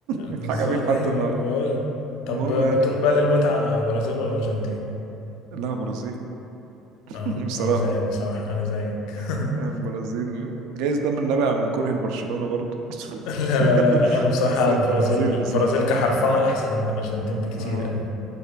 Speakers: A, on the left; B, on the right.
A: بالظبط
B: يتحكى بيه لحد
A: ايوه
B: النهاردة
A: انا بقول طب
B: المهم يعني
A: بتروح بقى للمتعه برازيل ولا ارجنتين
B: لا برازيل <laughs>
A: اه
B: بصراحة
A: انا زيك بصراحه انا زيك <laughs>
B: <laughs> البرازيل جايز ده من نابع من كره لبرشلونة برضو
A: لا
B: <laughs>
A: لا لا لا انا بصراحه
B: بس البرازيل
A: البرازيل البرازيل
B: بصراحة
A: كحرفنه احسن من الارجنتين
B: اه
A: بكتير قوي